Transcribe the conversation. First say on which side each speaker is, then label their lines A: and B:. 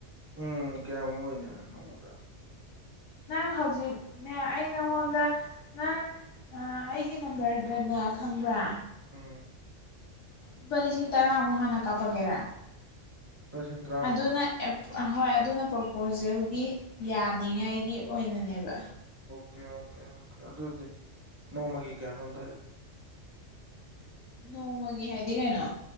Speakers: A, on the right; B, on the left.
A: ꯎꯝ ꯀꯌꯥꯝ ꯑꯣꯏꯣꯏꯅꯦ ꯅꯃꯨꯗ
B: ꯅꯪ ꯍꯧꯖꯤꯛꯅꯦ ꯑꯩ ꯅꯪꯉꯣꯟꯗ ꯅꯪ ꯑꯩꯒꯤ ꯅꯝꯕꯔꯗꯅꯦ ꯉ ꯈꯪꯕ꯭ꯔꯥ
A: ꯎꯝ
B: ꯂꯨꯄꯥ ꯂꯤꯁꯤꯡ ꯇꯔꯥ ꯑꯃꯨꯛ ꯍꯥꯟꯅ ꯀꯥꯞꯄꯒꯦꯔꯥ
A: ꯄꯁꯤꯟ ꯇ꯭ꯔꯥꯃ
B: ꯑꯗꯨꯅ ꯍꯣꯏ ꯑꯗꯨꯅ ꯄ꯭ꯔꯣꯄꯣꯖꯦꯜꯒꯤ ꯌꯥꯅꯤꯉꯥꯏꯒꯤ ꯑꯣꯏꯅꯅꯦꯕ
A: ꯑꯣ ꯑꯣꯦ ꯑꯣꯦ ꯑꯗꯨ ꯑꯗꯨꯗꯤ ꯅꯣꯡꯃꯒꯤ ꯀꯍꯅ ꯍꯗ
B: ꯅꯣꯡꯃꯒꯤ ꯍꯥꯏꯗꯤ ꯀꯩꯅꯣ